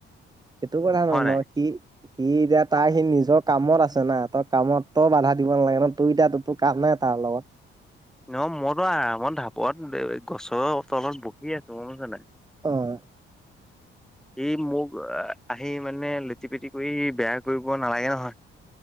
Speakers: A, on the right; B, in the centre.
A: সেইটো কথা নহয়
B: হয়
A: ন
B: নাই
A: সি সি এতিয়া তাৰ সি নিজৰ কামত আছে নাই তই কামত ত বাধা দিব নালাগে ন তোৰ এতিয়া তোৰ কাম নাই তাৰ লগত
B: ন মইতো আৰামত ঢাপত গছৰ তলত বহি আছো বুজিছা নাই
A: আহ
B: সি মোক আহি মানে লেটি পেটি কৰি বেয়া কৰিব নালাগে নহয়